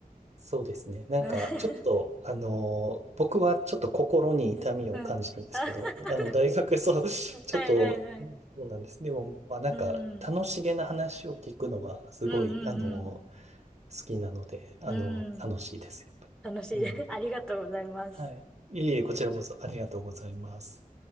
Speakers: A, on the right; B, in the centre.
A: そうですね。なんか、
B: <laughs>
A: ちょっと、あのー僕はちょっと心に痛みを感じるんですけど、
B: うん。あ、<laughs>
A: あの、大学、そう、ちょっと、
B: はいはいはい。
A: うんそうなんです。でも、まあ、なんか、
B: うん。
A: 楽しげな話を聞くのは、
B: うん
A: すごい、
B: うん
A: あのー好きなので、あのー楽しいです、
B: うん。うん。
A: やっぱり。
B: 楽しい。
A: うん。
B: <laughs> ありがとうございます。
A: はい。いえいえ、こちらこそ、ありがとうございます。